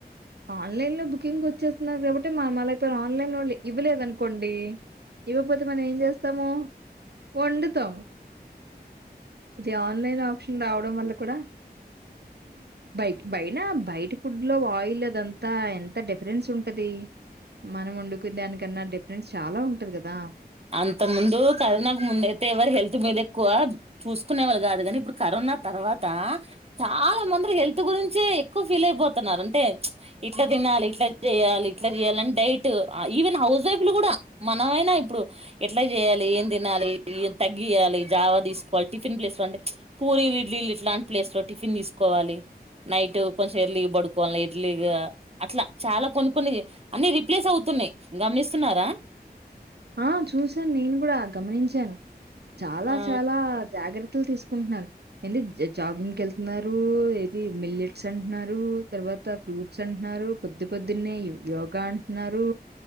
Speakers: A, on the right; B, on the right.
A: ఆన్లైన్ లో బుకింగ్ ఓచ్చేస్తున్నారు కాబట్టి మా మళ్ళ పేరు ఆన్లైన్లో ఇవ్వలేదనుకోండి ఇవ్వపోతే మనమేం చేస్తాము వండు తం ఇది ఆన్లైన్ ఆప్షన్ రావడం వల్ల కూడా బైక్ బైైన బయట ఫుడ్లో ఆయిల్ అదంతా ఎంత డిఫరెంట్స్ సుంటది మనం వండుకున్దానికన్నా డిఫరెంస్ చాలా ఉంటది కదా
B: అంత ముందు కరోనాకు ముందు అయితే ఎవరు హెల్త్ మీద ఎక్కువ చూసుకునే వాళ్ళు కాదు కానీ ఇప్పుడు కరో న తర్వాత చాలా మంది హెల్త్ గురించే ఎక్కుఫీల్ అయిపోతున్నారు అంటే ఇట్లా ఇట్ల తినాలి ఇట్లా చేయాలి ఇట్లా చేయాలని డైట్ ఈవెన్ ఆ హౌసైఫ్లు కూడా మనమైనా ఇప్పుడు ఎట్లా చేయాలి ఏం తినాలి ఏ తగ్గియాలి జావా తీసుకోవాలి టిఫిన్ ప్లేస్లో అంటే పూరి ఇడ్లీల్ ఇట్లాంటి ప్లేస్లో టిఫిన్ తీసుకోవాలి నైట్ కొంచెం ఎర్లీగ పడుకోవాలి ఎర్లీగా అట్లా చాలా కొన్ని కొన్ని అన్ని రిప్లేసవుత్ స్తున్నాయ్ గమ్నిస్తున్నారా
A: ఆ చూసాను నేను కూడా గమ్నించాను చాలా
B: ఆ
A: చాలా జాగ్రత్ తల్ తీసుకుంటు ఏంది జాగింగ్ కేళ్తున్నారు ఏది మిలెట్స్ అంటున్నారు తర్వా తర్వాత ఫ్రూట్స్ అంట్నారు పొద్దు పొద్దునే యోగా అంటున్నారు